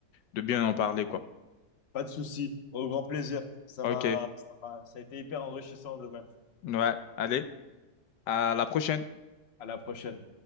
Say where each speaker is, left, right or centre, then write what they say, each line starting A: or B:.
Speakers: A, on the left; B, on the left.
A: de bien
B: Ouais.
A: en parler, quoi.
B: Pas de souci, au grand plaisir. Ça
A: OK.
B: m'a, ça m'a- ça a été hyper enrichissant de même.
A: Ouais. Allez, à la prochaine.
B: À la prochaine.